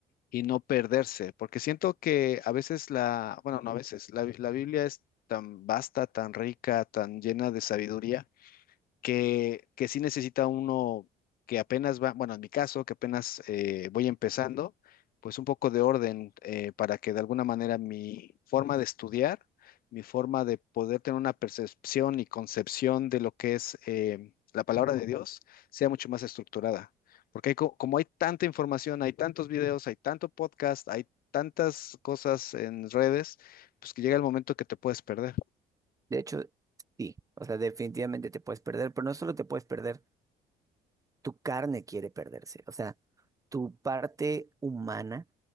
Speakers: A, on the left (about 60°); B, on the right (about 20°).
A: y no perderse, porque siento que a veces la, bueno, no a veces, la, la Biblia es tan vasta, tan rica, tan llena de sabiduría que, que sí necesita uno que apenas va, bueno, en mi caso, que apenas eh, voy empezando, pues un poco de orden eh, para que de alguna manera mi forma de estudiar, mi forma de poder tener una percepción y concepción de lo que es eh, la palabra de Dios sea mucho más estructurada. Porque hay co- como hay tanta información, hay tantos videos, hay tanto podcast, hay tantas cosas en redes, pues que llega el momento que te puedes perder.
B: De hecho, sí, o sea, definitivamente te puedes perder, pero no solo te puedes perder. tu carne quiere perderse, o sea, tu parte humana